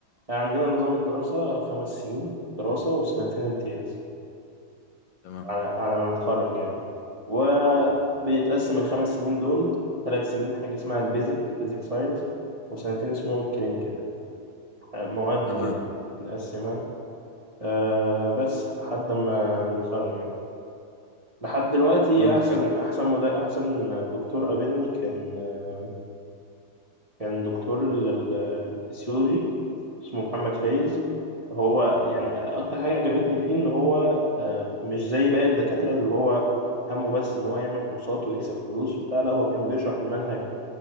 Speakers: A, on the right; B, on the left.
A: عندنا نظام الدراسه خمس سنين دراسه وسنتين امتياز
B: تمام
A: على على ما نتخرج يعني وبيتقسم الخمس سنين دول ثلاث سنين حاجة اسمها البيزك بيزك ساينس وسنتين اسمهم الكلينيكال يعني آه، مواد
B: تمام
A: كده نقسمها أه بس لحد ما نتخرج يعني لحد دلوقتي
B: تمام
A: أحسن أحسن مدا أحسن دكتور قابلني كان آه، كان دكتور ال- ال- الفسيولوجي اسمه محمد فايز هو يعني اكتر حاجه عجبتني فيه ان هو آه، مش زي باقي الدكاتره اللي هو همه بس ان هو يعمل كورسات ويكسب فلوس وبتاع لا هو كان بيشرح المنهج